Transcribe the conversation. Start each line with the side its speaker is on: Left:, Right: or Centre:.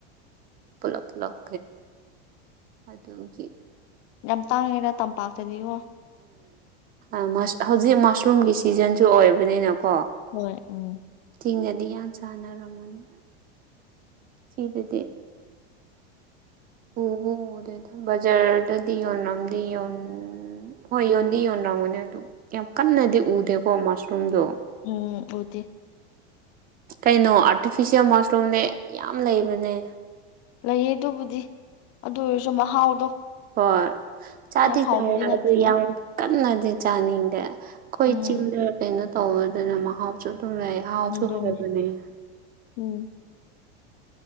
Right: ꯄꯨꯂꯞ ꯄꯨꯂꯞ ꯑꯗꯨꯒꯤ
Left: ꯌꯥꯝ ꯇꯥꯡꯉꯦꯔ ꯇꯝꯄꯥꯛꯇꯗꯤꯀꯣ
Right: ꯎꯝ ꯍꯧꯖꯤꯛ ꯃꯁꯔꯨꯝꯒꯤ ꯁꯤꯖꯟꯁꯨ ꯑꯣꯏꯕꯅꯤꯅꯀꯣ
Left: ꯍꯣꯏ ꯎꯝ
Right: ꯆꯤꯡꯗꯗꯤ ꯌꯥꯝ ꯆꯥꯟꯅꯔꯝꯒꯅꯤ ꯁꯤꯗꯗꯤ ꯎꯕ ꯎꯗꯦ ꯕꯖꯥꯔꯗꯗꯤ ꯌꯣꯟꯂꯝꯗꯤ ꯌꯣꯟ ꯎꯝ ꯍꯣꯏ ꯌꯣꯟꯗꯤ ꯌꯣꯟꯂꯝꯒꯅꯦ ꯑꯗꯨ ꯌꯥꯝ ꯀꯟꯅꯗꯤ ꯎꯗꯦꯀꯣ ꯃꯁꯔꯨꯝꯗꯣ
Left: ꯎꯝ ꯎꯗꯦ
Right: ꯀꯩꯅꯣ ꯑꯥꯔꯇꯤꯐꯤꯁꯦꯜ ꯃꯁꯔꯨꯝꯅꯦ ꯌꯥꯝ ꯂꯩꯕꯅꯦ
Left: ꯂꯩꯌꯦ ꯑꯗꯨꯕꯨꯗꯤ ꯑꯗꯨ ꯑꯣꯏꯔꯁꯨ ꯃꯍꯥꯎꯗꯣ
Right: ꯍꯣꯏ ꯆꯥꯗꯤ
Left: ꯌꯥꯝ ꯍꯥꯎꯕꯗꯤ
Right: ꯆꯥꯏ
Left: ꯅꯠꯇꯦꯗ
Right: ꯑꯗꯨ ꯌꯥꯝ ꯀꯟꯅꯗꯤ ꯆꯥꯅꯤꯡꯗꯦ ꯑꯩꯈꯣꯏ
Left: ꯎꯝ
Right: ꯆꯤꯡꯗ ꯀꯩꯅꯣ ꯇꯧꯕꯗꯨꯅ ꯃꯍꯥꯎꯁꯨ ꯑꯗꯨꯝ ꯂꯩ ꯍꯥꯎꯁꯨ
Left: ꯑꯗꯨꯅꯦ
Right: ꯍꯥꯎꯕꯅꯦ
Left: ꯎꯝ